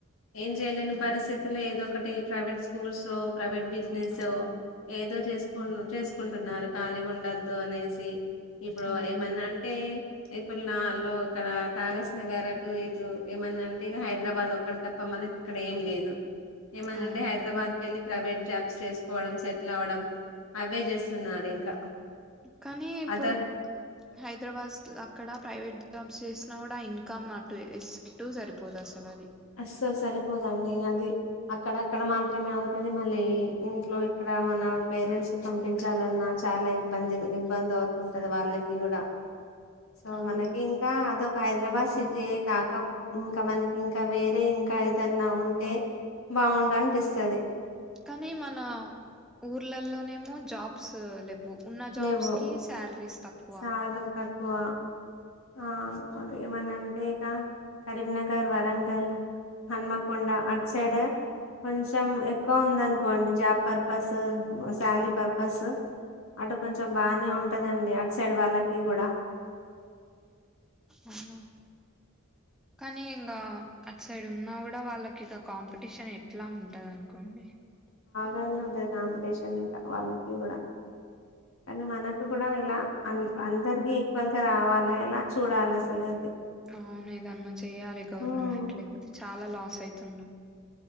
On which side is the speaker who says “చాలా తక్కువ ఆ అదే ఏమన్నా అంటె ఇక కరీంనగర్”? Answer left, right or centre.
Left